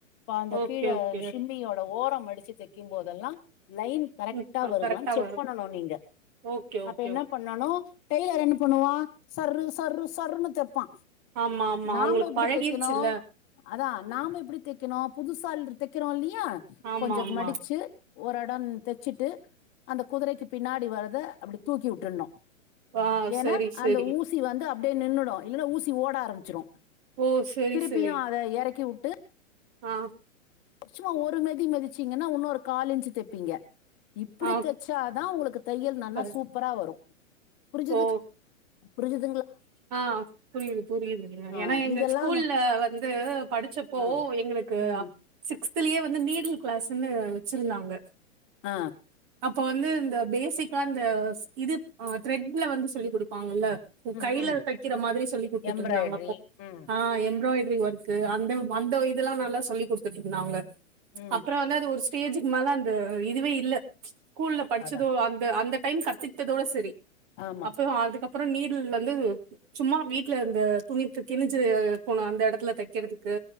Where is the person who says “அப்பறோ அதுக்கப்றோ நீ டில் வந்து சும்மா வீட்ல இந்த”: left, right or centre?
Right